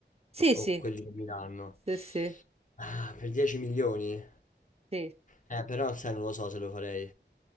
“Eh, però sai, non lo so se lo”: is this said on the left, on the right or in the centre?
Left